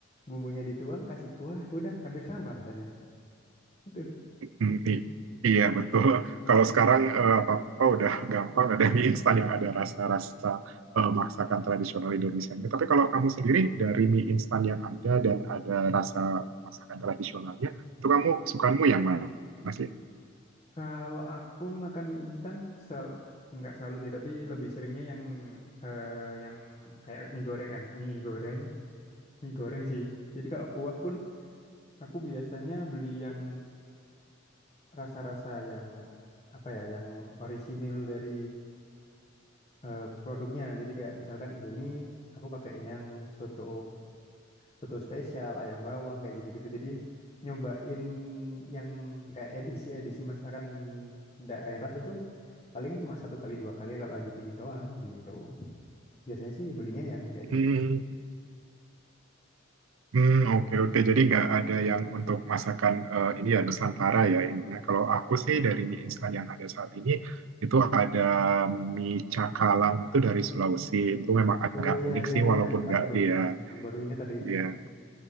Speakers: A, on the left; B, on the right.
A: bumbunya dituang, kasih kuah, udah hampir sama rasanya. Itu.
B: Hmm, i- iya betul. Kalau sekarang eh, apa-apa udah gampang ada mie instan yang ada rasa-rasa eh, masakan tradisional Indonesianya. Tapi kalau kamu sendiri dari mie instan yang ada dan ada rasa masakan tradisionalnya, itu kamu sukamu yang mana sih?
A: Kalau aku makan mie instan sel nggak selalu sih, tapi lebih seringnya yang eh, yang kayak mie goreng, ah, mie goreng, mie goreng sih. Jadi kalau kuah pun aku biasanya beli yang rasa-rasa yang apa ya, yang orisinil dari eh, produknya. Jadi kayak misalkan Indomie, aku pakai yang soto soto spesial, ayam bawang kayak gitu-gitu. Jadi nyobain yang kayak edisi-edisi masakan daerah itu paling cuma satu kali dua kali kalau lagi pingin doang gitu. Biasanya sih belinya yang kayak
B: Hmm,
A: gitu.
B: hmm, oke oke. Jadi nggak ada yang untuk masakan eh, ini ya Nusantara ya ininya. Kalau aku sih dari mie instan yang ada saat ini itu ada mie cakalang itu dari Sulawesi. Itu memang agak
A: Oh ya
B: unik
A: ya
B: sih walaupun
A: ya,
B: nggak
A: aku baru
B: dia
A: aku baru ingat ada itu.
B: Iya,